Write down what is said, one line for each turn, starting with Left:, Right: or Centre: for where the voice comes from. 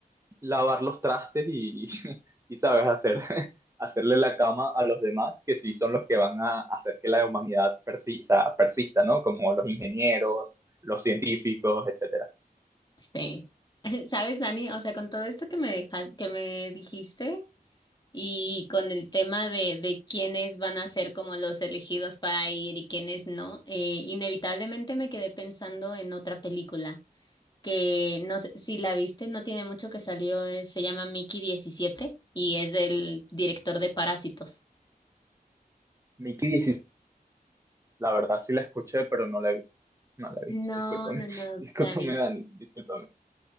Right: lavar los trastes y, y, <laughs> y, sabes hacer, <laughs> hacerle la cama a los demás, que sí son los que van a hacer que la humanidad persista, persista ¿no? Como los ingenieros, los científicos, etcétera
Left: sí, <laughs> sabes, Dani, o sea, con todo esto que me deja, que me dijiste y con el tema de, de quiénes van a ser como los elegidos para ir y quiénes no, eh, inevitablemente me quedé pensando en otra película que no sé si la viste, no tiene mucho que salió, eh, se llama Mickey diecisiete y es del director de Parásitos.
Right: Mickey 16, la verdad sí la escuché, pero no la he visto. No la he visto,
Left: No,
Right: discúlpame,
Left: no,
Right: <laughs>
Left: no,
Right: discúlpame
Left: Dani.
Right: Dani, discúlpame.